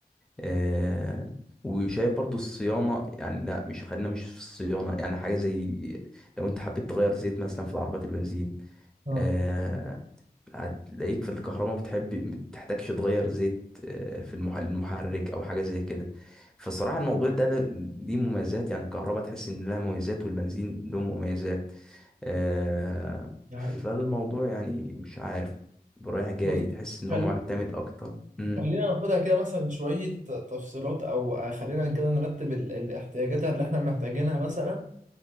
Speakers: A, in the centre; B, on the right.
A: آه وشايف برضو الصيانة يعني لا مش خلينا مش في الصيانة يعني حاجة زي لو انت حبيت تغير زيت مثلا في العربيات البنزين
B: اه
A: آه، هتلاقيك في الكهرباء بتحب ما بتحتاجش تغير زيت آه، في المح- المحرك او حاجه زي كده فالصراحه الموضوع ده ده- دي مميزات يعني الكهرباء تحس ان لها مميزات والبنزين له مميزات آه،
B: ده حقيقي
A: فالموضوع يعني مش عارف رايح جاي
B: بص
A: تحس ان
B: خليني
A: هو معتمد اكتر امم
B: خلينا ناخدها كده مثلا شويه تفصيلات او خلينا كده نرتب ال- الاحتياجات اللي احنا محتاجينها مثلا